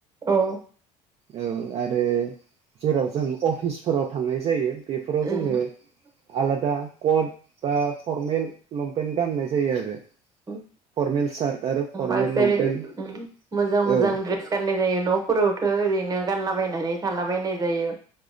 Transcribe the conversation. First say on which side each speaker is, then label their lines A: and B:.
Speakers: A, on the right; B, on the right.
A: औ
B: औ आरो जेराव जों अफिसफोराव थांनाय जायो बेफोराव
A: उम
B: जोङो आलादा कट बा फरमेल लंपेन्ट गाननाय जायो आरो
A: औ
B: फर्मेल सार्ट
A: होनबा
B: फरमेल
A: जेरै
B: लंपेन्ट
A: मोजां मोजां
B: औ
A: द्रेस गाननाय जायो न'फोरावथ' ओरैनो नो गानलाबायनानै थालाबायनाय जायो